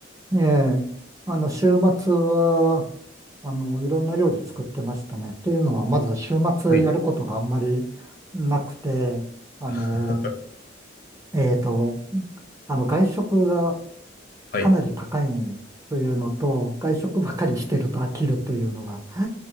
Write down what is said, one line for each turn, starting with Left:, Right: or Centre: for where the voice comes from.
Right: ええ、あの、週末は、あの、いろんな料理作ってましたね。というのは、まず週末やることがあんまりなくて、
Left: はい。
Right: あの、
Left: <laughs>
Right: えっと、あの、外食が
Left: はい。
Right: かなり高いというのと、外食ばかりしてると飽きるというのが